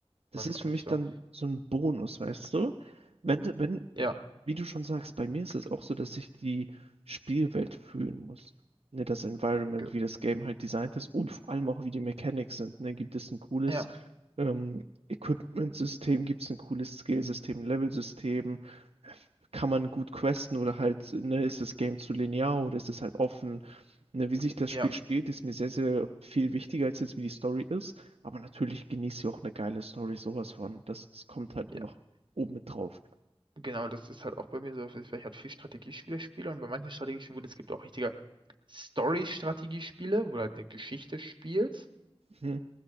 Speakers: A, on the right; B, on the right.
A: das
B: Bei mir
A: ist
B: auch
A: für
B: nicht
A: mich
B: so.
A: dann so ein Bonus, weißt du? Wenn, wenn,
B: Ja,
A: wie du schon sagst, bei mir ist es auch so, dass ich die Spielwelt fühlen muss. Ne, das Environment,
B: ge-
A: wie das Game halt designt ist und vor allem auch, wie die Mechanics sind. Ne, gibt es ein cooles
B: ja,
A: ähm, Equipment-System, gibt es ein cooles Skill-System, Level-System, kann man gut questen oder halt, ne, ist das Game zu linear oder ist es halt offen? Ne, wie sich das
B: ja,
A: Spiel spielt, ist mir sehr, sehr viel wichtiger als jetzt, wie die Story ist. Aber natürlich genießt ihr auch eine geile Story, sowas von. Das, das kommt halt
B: ja.
A: noch oben mit drauf.
B: Genau, das ist halt auch bei mir so, weil ich halt viel Strategiespiele spiele und bei manchen Strategiespielen, gut, es gibt auch richtige Story-Strategiespiele, wo du halt eine Geschichte spielst.
A: Mhm.